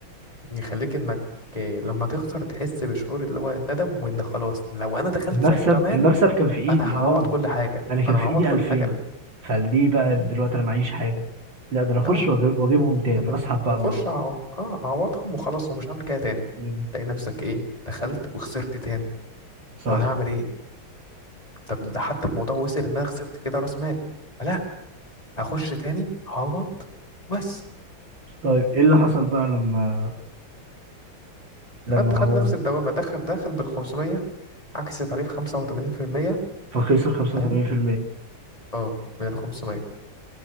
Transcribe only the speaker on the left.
يخليك انك لما تخسر تحس بشعور اللي هو الندم وان خلاص لو انا دخلت
صف كمان
انا هعوض
كل حاجه
انا
هعوض
كل
حاجه
مم.
اه
انا
أنا اخش
أع- اه اعوضهم وخلاص ومش هعمل كده تاني
تلاقي نفسك ايه دخلت وخسرت تاني
طب انا هعمل ايه طب ده حتى الموضوع وصل ان انا خسرت كده راس مالي لا هخش تاني هعوض بس
خد خد
نفس الدوامه دخل دخل بال 500 عكس تعريف 85%
فاهم اه من ال 500